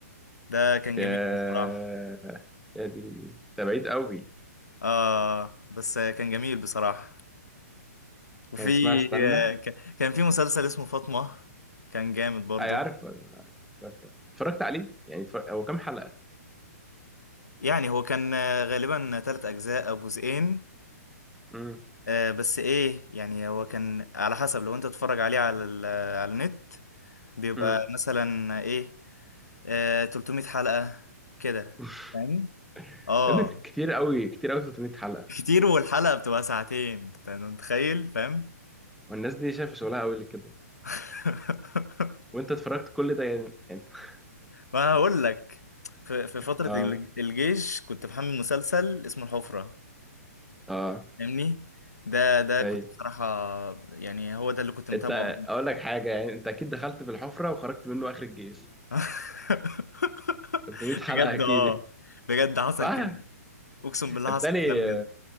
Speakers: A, on the left; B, in the centre.
A: ده كان
B: يا
A: جميل بصراحة
B: يا ديني ده بعيد قوي
A: اه بس آه، كان جميل بصراحة وفي
B: كان اسمها استنى
A: آه، ك- كان في مسلسل اسمه فاطمة كان جامد برضو
B: اي عارفه أنا- أنا- اتفرجت عليه يعني اتفرج... هو كام حلقة
A: يعني هو كان آه، غالبا تلات أجزاء أو جزئين
B: امم
A: آه، بس إيه يعني هو كان على حسب لو أنت تتفرج عليه على ال- آه، على النت بيبقى
B: امم
A: مثلا إيه آه، 300 حلقة كده
B: <laughs>
A: فاهم؟ آه
B: يا ابني كتير قوي كتير قوي 300 حلقة
A: كتير والحلقة بتبقى ساعتين أنت متخيل فاهم؟
B: والناس دي شايفة شغلها قوي كده
A: <laughs>
B: وانت اتفرجت كل ده يعني يعني- <laughs>
A: ما هقول لك في في فترة
B: اه
A: الج- الجيش كنت بحمل مسلسل اسمه الحفرة
B: اه
A: فاهمني؟ ده ده
B: اي
A: كنت بصراحة يعني هو ده اللي كنت متابعه
B: انت اقول لك حاجة يعني انت اكيد دخلت في الحفرة وخرجت منه اخر الجيش
A: <laughs>
B: 300 حلقة
A: بجد
B: اكيد
A: اه
B: يعني.
A: بجد حصل
B: صح
A: كده اقسم بالله
B: بالتالي
A: حصل كده بجد